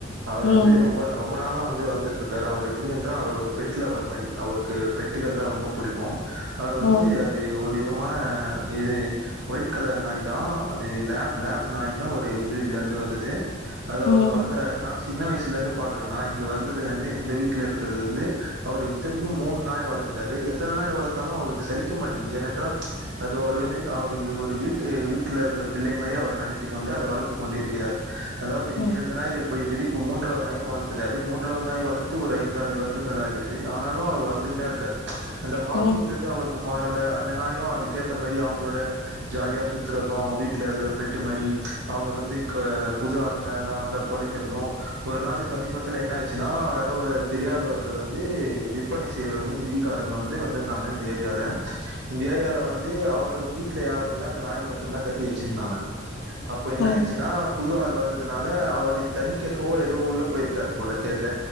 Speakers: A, on the right; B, on the left.
A: அவரு
B: ம்
A: வந்து ரொம்ப ரொம்ப நாளா வந்து வளத்துட்டுருக்காரு அவர் எப்டி என்றால் அவர் பெட் லவ்வர் மாரி அவருக்கு பெட்டுகள்ன ரொம்ப புடிக்கு அவர் வந்து
B: ம்
A: அது ஒரு விதமான இது ஒயிட் கலர் நாய் தா அது லேப் லேப் நாய்ன்னு ஒரு பிரீட்ல இருந்து வந்தது அத அவர்
B: ம்
A: வளக் கறாரு நா சின்ன வயசுல இருந்து பாக்குறே நா இங்க வந்ததுலருந்து இந்த வீட்ல இருந்ததுல இருந்து அவரு திருப்பி மூணு நாய் வளத்துட்டாரு எத்தன நாய் வளத்தாலு அவருக்கு சலிக்க மாட்டேங்குது ஏனென்றால் ச் அது அவர் வந்து அவரு ஒரு வீட்டு வீட்டுல இருக்கிற பிள்ளை மாரி அவர் நினைத்துக் கொண்டு அதை வளத்து கொண்டு இருக்கிறார் அதாவ்து
B: ம்
A: இரண்டு நாய்கள் போய்விட்டது இப்ப மூன்றாவது நாயு வளத்துட்டாரு மூன்றாவது நாய் வளத்து ஒரு ஐந்தாறு வருடங்கள் ஆகிறது ஆனாலு அவர் வளத் துனுதா இருக்கார் அந்த ஹாபின்றது
B: ம்
A: அவருக் மாறல அந்த நாயு அதுக்கேத்த மாரி அவ்ங்களோட ஜாலியா சுத்துறது வீட்ல இருக்குற பெட்டு மாரி அவ்ங்களுக்கு வந்து க புது ஆளுங்க எதா வந்தா கொழைக்கிறது ஒரு நாளு சமீபத்துல என்ன ஆச்சுன்னா யாரோ தெரியாதவர்கள் வந்து விற்பனை செய்ற இந்திக்கா காரவ்ங்க வந்து வந்திருந்தாங்க இந்த ஏரியால இந்த ஏரியால வந்து அவர்கள் வீட்ல யாரு இல்ல அந்த நாய மட்டுந்தா கட்டி வெச்சிர்ந்தாங்க ப்போ என்ன
B: ம்
A: ஆய்ச்சுன்னா புது ஆள் வந்ததுனால அவரு தண்ணி கேக்கவோ ஏதோ உள்ள போயிருக்காரு போல கேக்க